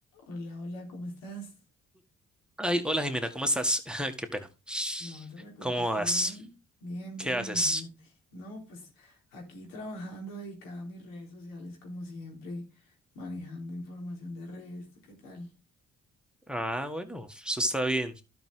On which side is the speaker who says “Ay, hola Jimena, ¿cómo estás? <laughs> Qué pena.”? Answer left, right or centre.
Centre